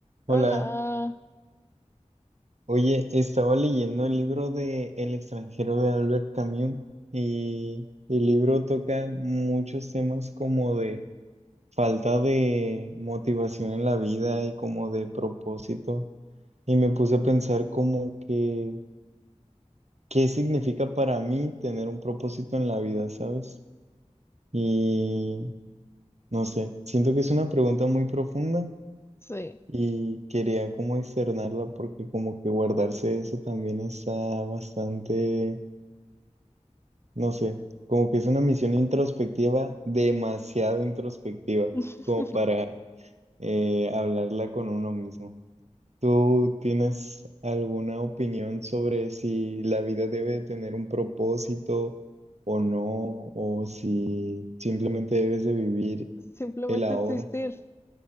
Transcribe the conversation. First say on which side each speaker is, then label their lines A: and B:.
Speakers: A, on the right (about 65°); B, on the left (about 20°).
A: Hola,
B: Hola,
A: oye, estaba leyendo el libro de El extranjero de Albert Camus y el libro toca muchos temas como de falta de motivación en la vida y como de propósito y me puse a pensar como que qué significa para mí tener un propósito en la vida, ¿sabes? Y no sé, siento que es una pregunta muy profunda
B: sí,
A: Y quería como externarla porque como que guardarse eso también está bastante, no sé, como que es una misión introspectiva, demasiado introspectiva,
B: <laughs>
A: como para eh, hablarla con uno mismo. ¿Tú tienes alguna opinión sobre si la vida debe tener un propósito o no, o si simplemente debes de vivir
B: simplemente
A: el ahora?
B: existir.